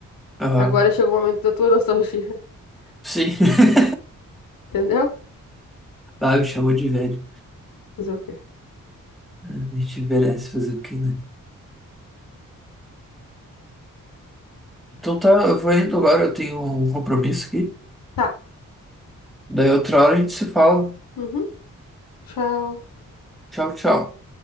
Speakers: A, in the centre; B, on the left (about 85°).
A: Ah,
B: Agora chegou o momento da tua nostalgia, <laughs>
A: sim, <laughs>
B: entendeu?
A: ah, me chamou de velho.
B: Fazer o quê?
A: A gente envelhece fazer o quê, né? Então tá, eu vou indo agora, eu tenho um compromisso aqui.
B: Tá.
A: Daí outra hora a gente se fala.
B: Uhum. Tchau.
A: Tchau, tchau.